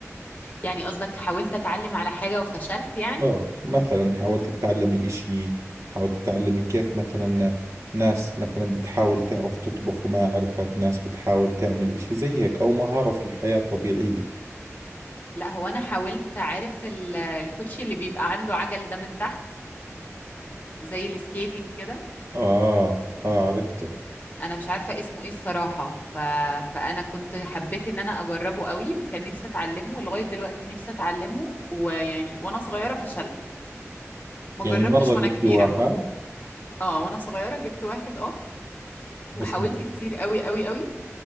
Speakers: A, on the left; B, on the right.
A: يعني قصدك حاولت اتعلم على حاجة وفشلت يعني
B: آه مثلا حاولتي تتعلمي إشي حاولتي تتعلمي كيف مثلا ناس مثلا بتحاول تعرف تطبخ وما عرفت ناس بتحاول تعمل إشي زي هيك أو مهارة في الحياة الطبيعية
A: لا هو انا حاولت عارف ال- الكوتشي اللي بيبقى عنده عجل ده من تحت زي السكيتنج كده
B: آه آه عرفته
A: انا مش عارفة اسمه ايه الصراحة ف... فانا كنت حبيت ان انا اجربه قوي وكان نفسي اتعلمه ولغاية دلوقتي نفسي اتعلمه ويعني وانا صغيرة فشلت ما
B: يعني
A: جربتش
B: مرة جبت
A: وانا كبيرة
B: واحد
A: اه وانا صغيرة جبت واحد اه
B: بس
A: وحاولت
B: م-
A: كتير قوي قوي قوي